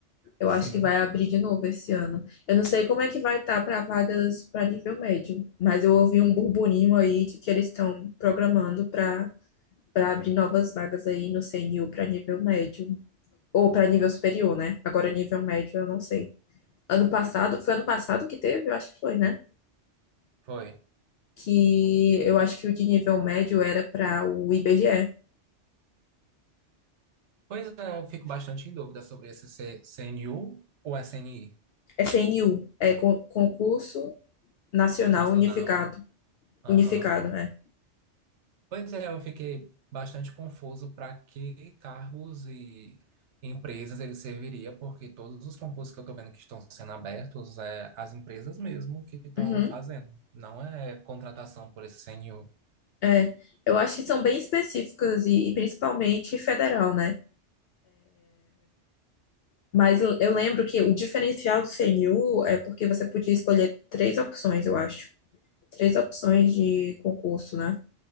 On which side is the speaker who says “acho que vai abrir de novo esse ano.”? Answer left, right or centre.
Left